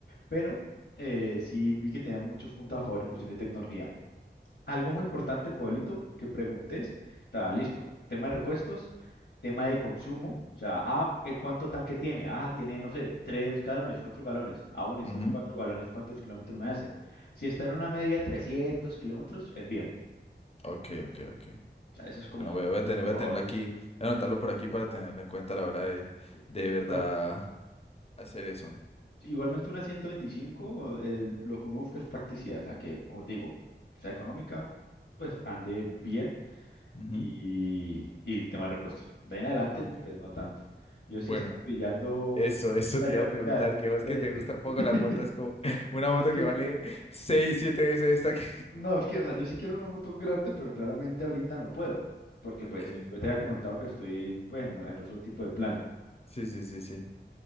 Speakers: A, on the left; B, on the left.
A: pero eh, sí vi que tenía muchos puntos a favor en cuestión de tecnología. Algo muy importante, Pueblito, que preguntes, o sea, listo, tema de repuestos, tema de consumo, o sea, ah, eh, ¿cuánto tanque tiene? Ah, tiene, no sé, tres galones, cuatro galones. Ah, bueno, estos
B: Ujú.
A: cuatro galones, ¿cuántos kilómetros me hacen? Si está en una media de 300 kilómetros, es bien.
B: Ok, ok, ok.
A: O sea, eso es como
B: Bueno,
A: otro
B: voy a, voy a
A: punto
B: tener,
A: a
B: voy
A: favor.
B: a tenerlo aquí, voy a anotarlo por aquí para tenerlo en cuenta a la hora de,
A: sí.
B: de verdad
A: Igual-
B: hacer eso.
A: Igualmente una 125, eh, lo que uno busca es practicidad, o sea, que, como te digo, sea económica, pues ande bien
B: Ujú.
A: y, y tema de repuestos. De ahí en adelante,
B: Ok,
A: pues no tanto. Yo
B: bueno,
A: sí he estado pillando...
B: eso,
A: <laughs>
B: <laughs> eso
A: o
B: te
A: yo-
B: iba a preguntar, que vos
A: o
B: que
A: eh,
B: te gusta un poco
A: <laughs>
B: la moto, es como <laughs> una moto
A: es que-
B: que vale seis, siete veces esta que...
A: no, es que, o sea, yo sí quiero una moto grande, pero claramente ahorita no puedo, porque
B: <laughs>
A: pues
B: Ok,
A: yo te había comentado que estoy, pues, en, en otro tipo de plan.
B: sí, sí, sí, sí.